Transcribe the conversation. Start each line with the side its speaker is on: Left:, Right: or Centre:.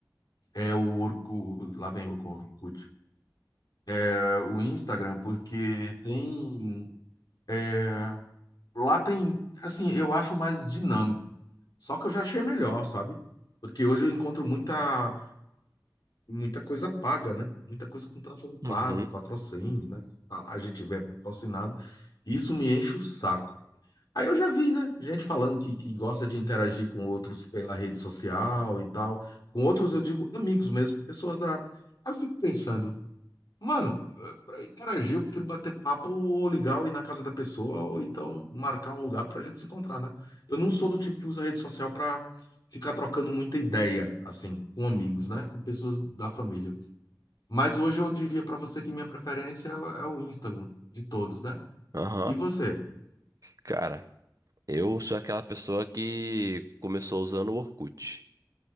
Left: é o Orkut, lá vem o Orkut, é, o Instagram, porque tem é, Lá tem, assim, eu acho mais dinâmico. Só que eu já achei melhor, sabe? Porque hoje eu encontro muita muita coisa paga, né? Muita coisa com tráfego
Right: Uhum,
Left: pago, patrocínio, né? Tá lá, A gente vê patrocinado. Isso me enche o saco. Aí eu já vi, né? Gente falando que, que gosta de interagir com outros pela rede social e tal. Com outros, eu digo amigos mesmo, pessoas da. Aí eu fico pensando, mano, para interagir, eu prefiro bater papo ou ligar ou ir na casa da pessoa, ou então marcar um lugar pra gente se encontrar, né? Eu não sou do tipo que usa rede social pra ficar trocando muita ideia, assim, com amigos, né? Com pessoas da família. Mas hoje eu diria para você que minha preferência é o é o Instagram, de todos, né?
Right: aham.
Left: E você?
Right: Cara, eu sou aquela pessoa que começou usando o Orkut.